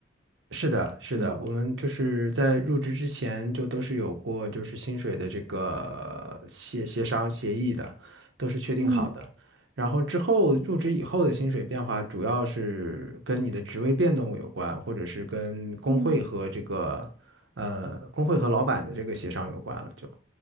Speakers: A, on the right; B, on the right.
A: 是的，是的，
B: 是吗？
A: 我们就是在入职之前就都是有过就是薪水的这个协协商协议的，都是确定好的。
B: 嗯
A: 然后之后入职以后的薪水变化，主要是跟你的职位变动有关，或者是跟工会和这个呃工会和老板的这个协商有关了。
B: 嗯
A: 就